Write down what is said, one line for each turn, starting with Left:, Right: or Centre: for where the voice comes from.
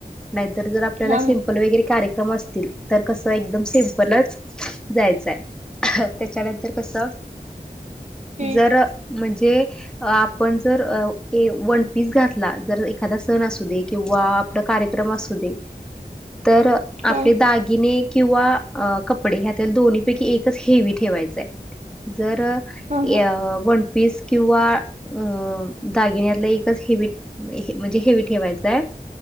Centre: नाहीतर. जर आपल्याला
Right: हा
Centre: सी
Right: हा
Centre: पन वगैरे कार्यक्रम असतील, तर कस एकदम सिमपलच जायचाय... ह... त्याच्यानंतर कस
Right: हम्म,
Centre: जर म्हणजे.... आपण जर अ वनपीस घातला. जर एखादा, सण असू दे किंवा कार्यक्रम असु दे. तर आपले
Right: हो
Centre: दागिने किंवा अ कप कपडे. ह्या दोन्ही पैकी एकच हेवी ठेवायचय. जर
Right: हा
Centre: य वन पीस किंवा अ.... दागिन्यातला एकच हेवी म... <inaudible> अ.... म्हणजे हेवी ठेवायचाय